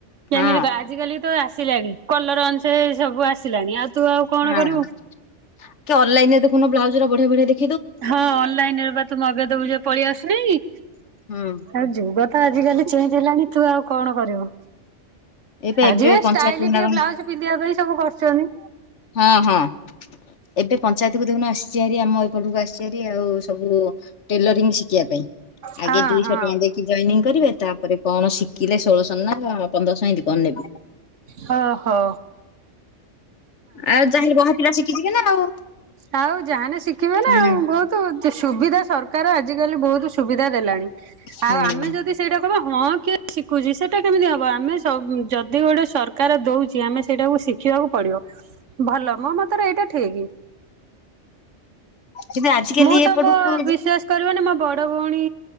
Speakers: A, on the right; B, on the left.
A: କେମିତି
B: ହଁ
A: କା ଆଜିକାଲି ତ ଆସିଜାଣି କଲର ଅନୁସାରେ ସବୁ ଆସିଲାଣି ଆଉ ତୁ ଆଉ କଣ
B: ହଁ
A: କରିବୁ।
B: କି ଅନଲାଇନ୍ ରେ ଦେଖୁନୁ ବ୍ଲାଉଜ ଗୁର ବଢିଆ ବଢିଆ ଦେ
A: ହଁ ଅନଲାଇନ୍ ରେ ବା ତୁ ମଗେଇଦବୁ ଯେ ପଳେଇ ଆସୁନେଇ।
B: ଉୁଁ।
A: ଆଉ ଯୁଗ ତ ଆଜିକାଲି ଚେଞ୍ଜ ହେଲାଣି ତୁ ଆଉ କଣ କରିବୁ।
B: ଏଇପା
A: ଆଜି
B: ଏବେ
A: କା
B: ପଞ୍ଚାୟତ
A: ଷ୍ଟାଇଲି
B: ନା
A: ଟିକେ
B: କଣ
A: ବ୍ଲାଉଜ ପିନ୍ଧିବା ପାଇଁ ସବୁ କରୁଚନି।
B: ହଁ ହଁ। ଏବେ ପଞ୍ଚାୟତକୁ ଦେଖୁନୁ ଆସ୍ଚିଆରି ଆମ ଏପଟକୁ ଆସ୍ଚିଆରି ଆଉ ସବୁ ଟେଲରିଂ ଶି କିଆ ପାଇଁ
A: ହଁ
B: ଆଗେ ଦୁଇଶଅ
A: ହଁ
B: ଟଙ୍କା ଦେଇକି ଜଏନିଂ କରିବେ ତାପରେ କଣ ଶିକିଲେ ଷୋଳଶଅ ନା ପନ୍ଦରଶଅ ଏମିତି କଁ ନେବ୍
A: ହ ହୋ।
B: ଆ ଯାହା ଏଲେ ବହାର ପିଲା ଶିଖି ଯିବେ ନା ଆଉ।
A: ଆଉ ଯାହାନେ ଶିଖିବେ ନା
B: ହୁଁ
A: ଆଉ ବହୁତ ସୁବିଧା ସରକାର ଆଜିକାଲି ବହୁତ ସୁବିଦା ଦେଲାଣି। ଆଉ
B: ହୁଁ।
A: ଆମେ ଯଦି ସେଇଟା ହଁ କିଏ ଶିଖୁଚି ସେଟା କେମିତି ଅବ ଆମେ ସବୁ ଯଦି ଗୋଟେ ସରକାର ଦଉ ଚି ଆମେ ସେଇଟାକୁ ଶିଖିବାକୁ ପଡିବ ଭଲ ମୋ ମତରେ ଏଇଟା ଠିକି।
B: କିନ୍ତୁ ଆଜିକାଲି
A: ମୁଁ ତ
B: ଏପଟକୁ
A: ମୋ ବିଶେଷ୍ କରିବନି ମୋ ବଡ ଭଉଣୀ